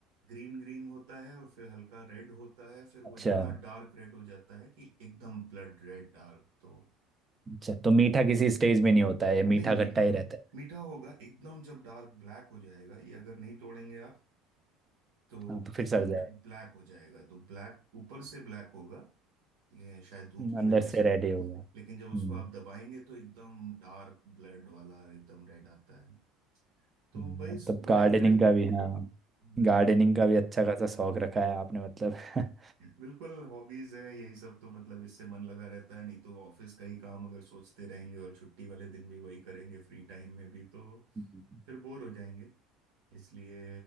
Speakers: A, on the right (about 85°); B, on the right (about 20°).
A: ग्रीन ग्रीन होता है और फिर हल्का रेड होता है फिर
B: अच्छा
A: वो इतना डार्क रेड हो जाता है कि एकदम ब्लड रेड डार्क तो
B: अच्छा तो मीठा किसी स्टेज में नहीं होता है ये
A: नहीं
B: मीठा
A: मीठा
B: खट्टा ही
A: हो
B: रहता है
A: मीठा होगा एकदम जब डार्क ब्लैक हो जाएगा ये अगर नहीं तोड़ेंगे आप तो
B: हाँ तो फिर
A: एकदम
B: सड़ जाए
A: ब्लैक हो जाएगा तो ब्लैक ऊपर से ब्लैक होगा ये शायद धूप
B: हम्म,
A: की
B: अंदर
A: वजह
B: से
A: से
B: रेडी हो गया
A: लेकिन जब उसको
B: हम्म
A: आप दबाएंगे तो एकदम डार्क ब्लड वाला एकदम रेड आता है तो
B: हम्म,
A: भाई
B: मतलब
A: इस
B: वही
A: बड़े
B: गार्डनिंग
A: पेड़
B: का भी हाँ
A: जी
B: गार्डनिंग का भी अच्छा खासा शौक रखा है आपने मतलब <laughs>
A: बिल्कुल हॉबीज है यही सब तो मतलब इससे मन लगा रहता है नहीं तो ऑफिस का ही काम अगर सोचते रहेंगे और छुट्टी वाले दिन भी वही करेंगे फ्री टाइम में भी तो
B: हम्म,
A: फिर बोर हो जाएंगे इसलिए